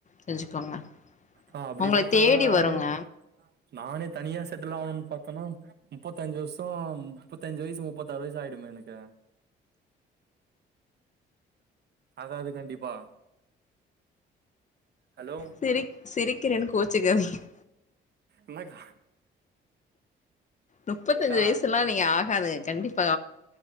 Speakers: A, on the left; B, on the right.
A: தெரிஞ்சுக்கோங்க
B: ஆ அப்பிடி
A: உங்கள
B: பாத்தாக்கா
A: தேடி
B: நானே
A: வருங்க
B: நானே தனியா செ ட்டில் ஆவணூன் பாத்தனா முப்பத்தஞ்சு வர்ஷோ முப்பத்தஞ்சு வயசு முப்பத்தாறு வயசு ஆயிடுமே எனக்கு ஆகாது கண்டிப்பா ஹலோ
A: சிரிக் சிரிக்கிறேன் கோச்சுக்காதிங்க
B: என்னக்கா
A: முப்பத்தஞ்சு
B: அக்கா
A: வயசுலா நீங்க ஆகாதுங்க கண்டிப்